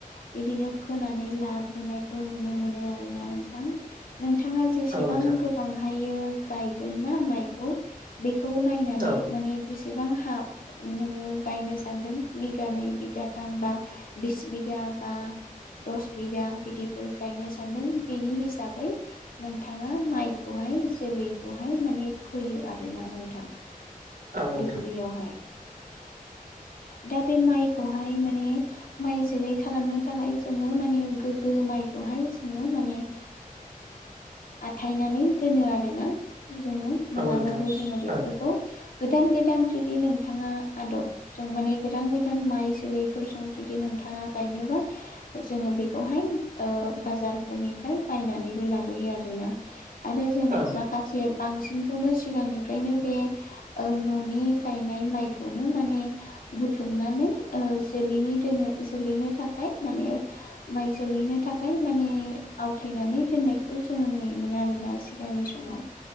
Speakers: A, on the left; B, on the right.
A: बिदिनो फोनानै ला लाग्रोनायखौ नुनो मोनो आरोना नोंथां। नोंथाङा जेसेबां
B: औ नोंथां
A: गोबां हायो गायगोन ना माइखौ बे बेखौ नायनानै
B: औ
A: माने बेसेबां हा नोङो गायनो सानदों बिगानै बिगाथाम बा बिस बिगा बा दस बिगा बिदिफोर गायनो सानदों बेनि हिसाबै नोंथाङा माइखौहाय जोलैखौहाय माने फैयो आरोना नोंथां।
B: औ नोंथां
A: दुब्लियावहाय। दा बे माइखौहाय माने माइ जोलै खालामनो थाखाय जोङो माने गोग्गो माइखौ बेवहाय जोङो माने आथायनानै दोनो आरोना। जोङो नङाबाबो
B: औ नोंथां
A: जोङो बेफोरखौ
B: औ
A: गोदान गोदान जुदि नोंथाङा आदब जों माने गोदान गोदान माइ जोलैफोरजों जुदि नोंथाङा गायनोबा जोङो बेखौहाय। बाजारफोरनिफ्राय बायनानैबो लाबोयो आरोना। आरो जों
B: औ नोंथां औ नोंथां औ
A: माखासे बांसिनखौनो सिगांनिफ्रायनो बे न'नि गायनाय माइखौनो माने। बुथुमनानै जोलैनि दोन जोलैनो थाखाय माने माइ जोलै नो थाखाय माने आवथायनानै दोननायखौ जोङो नुयोमोन आरोना सिगांनि समाव।